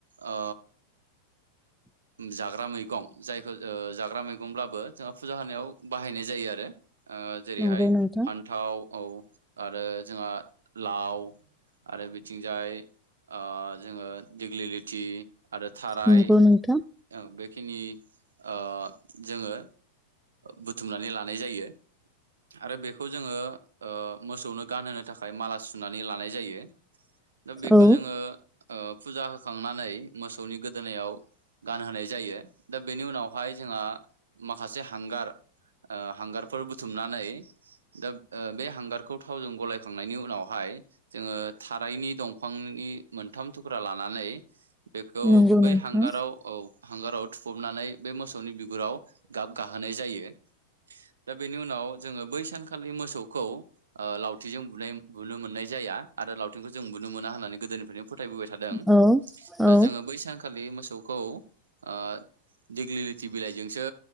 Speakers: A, on the right; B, in the centre.
A: ओ जाग्रा मैगं जायखौ ओ जाग्रा मैगंब्लाबो जोंहा फुजा होनायाव बाहायनाय जायो आरो ओ जेरैहाय
B: नंगौ नोंथां।
A: फान्थाव औ आरो जोंहा लाव आरो बिथिंजाय ओ जोङो दिग्लि लि थि आरो थाराय
B: नंगौ नोंथां
A: औ बे खिनि ओ जोङो बुथुमनानै लानाय जायो आरो बेखौ जोङो ओ मोसौनो गानहोनो थाखाय माला सु नानै लानाय जायो दा बेखौ
B: औ
A: जोङो ओ फुजा होख होखांनानै मोसौनि गोदोनायाव गानहोनाय जायो दा बेनि उनावहाय जोंहा माखासे हांगार ओ हांगारफोर बुथुमनानै दा बे हांगारखौ थावजों गलायखांनायनि उनावहाय जोङो थारायनि दंफांनि मोनथाम थुख्रा लानानै <inaudible> बेखौ
B: नंगौ
A: बै
B: नोंथां
A: हांगाराव औ हांगाराव थुफबनानै बे मोसौनि बिगुराव गाब गाहोनाय जायो दा बेनि उनाव जोङो बै सानखालि मोसौखौ ओ लावथिजों बुनाय बुनो मोननाय जाया आरो लावथिंखौ जों बुनो मोना होननानै गोदोनिफ्रायनो फोथायबोबाय थादों
B: औ औ
A: ओ जोङो बै सानखालि बे मोसौखौ ओ दिग्लि लिथि बिलाइजोंसो